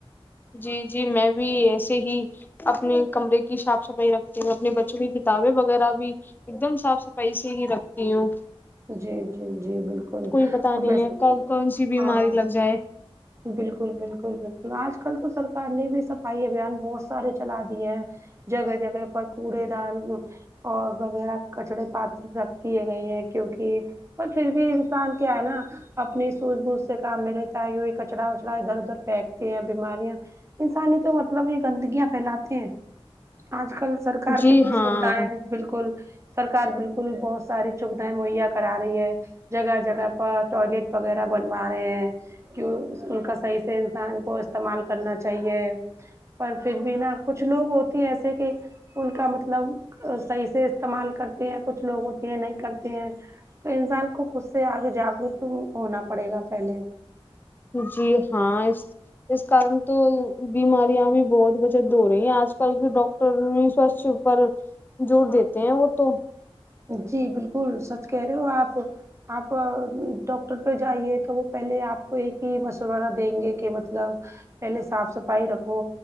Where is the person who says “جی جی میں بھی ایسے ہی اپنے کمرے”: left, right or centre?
Left